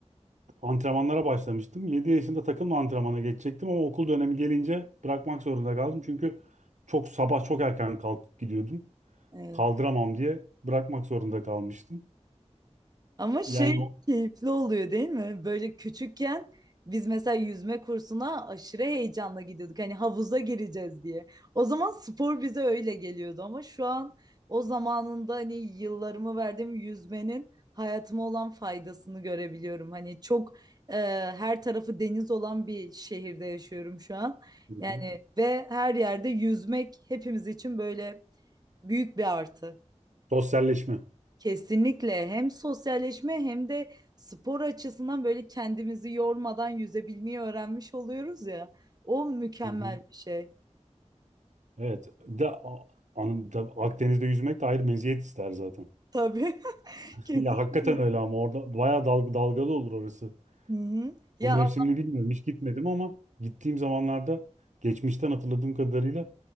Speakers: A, on the right (about 80°); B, on the right (about 35°).
A: antrenmanlara başlamıştım. yedi yaşında takımla antrenmana geçecektim ama okul dönemi gelince bırakmak zorunda kaldım. Çünkü çok sabah çok erken kalkıp gidiyordum.
B: Evet.
A: Kaldıramam diye bırakmak zorunda kalmıştım.
B: Ama şey
A: Yani o-
B: keyifli oluyor değil mi? Böyle küçükken biz mesela yüzme kursuna aşırı heyecanla gidiyorduk. Hani havuza gireceğiz diye. O zaman spor bize öyle geliyordu ama şu an o zamanında hani yıllarımı verdiğim yüzmenin hayatıma olan faydasını görebiliyorum. Hani çok e, her tarafı deniz olan bir şehirde yaşıyorum şu an.
A: Hı hı.
B: Yani ve her yerde yüzmek hepimiz için böyle büyük bir artı.
A: Sosyalleşme.
B: Kesinlikle hem sosyalleşme hem de spor açısından böyle kendimizi yormadan yüzebilmeyi öğrenmiş oluyoruz ya. O mükemmel
A: Hı hı.
B: bir şey.
A: Evet. Bir De, a- anım, da, Akdeniz'de yüzmek de ayrı meziyet ister zaten.
B: Tabii <laughs>
A: <laughs> Ya hakikaten
B: kesinlikle.
A: öyle ama orada bayağı dalga, dalgalı olur orası.
B: Hı hı. Ya
A: Bu mevsimini
B: al
A: bilmiyorum. Hiç gitmedim ama gittiğim zamanlarda geçmişten hatırladığım kadarıyla